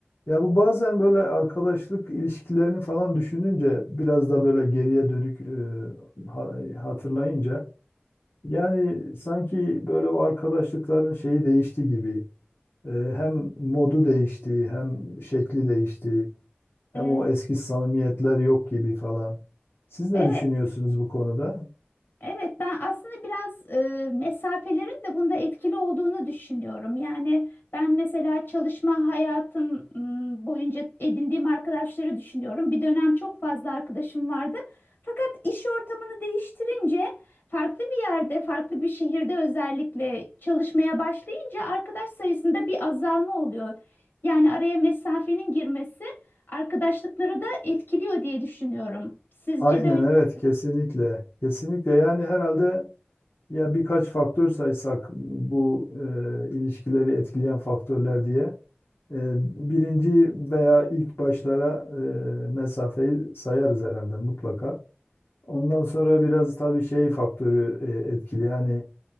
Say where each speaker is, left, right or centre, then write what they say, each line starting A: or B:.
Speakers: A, on the left; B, on the left.
A: Ya bu bazen böyle arkadaşlık ilişkilerini falan düşününce biraz da böyle geriye dönük e, ha- hatırlayınca yani sanki böyle o arkadaşlıkların şeyi değişti gibi. E, hem modu değişti, hem şekli değişti, hem
B: Ee,
A: o eski samimiyetler yok gibi falan. Siz ne
B: evet,
A: düşünüyorsunuz bu konuda?
B: evet ben aslında biraz e, mesafelerin de bunda etkili olduğunu düşünüyorum. Yani ben mesela çalışma hayatım m, boyunca edindiğim arkadaşları düşünüyorum. Bir dönem çok fazla arkadaşım vardı. Fakat iş ortamını değiştirince farklı bir yerde, farklı bir şehirde özellikle çalışmaya başlayınca arkadaş sayısında bir azalma oluyor. Yani araya mesafenin girmesi arkadaşlıkları da etkiliyor diye düşünüyorum. Sizce
A: Aynen
B: de öyle?
A: evet
B: mi?
A: kesinlikle. Kesinlikle yani herhalde ya birkaç faktör saysak bu e, ilişkileri etkileyen faktörler diye. E, birinci veya ilk başlara e, mesafeyi sayarız herhalde mutlaka. Ondan sonra biraz tabii şey faktörü e, etkili. Yani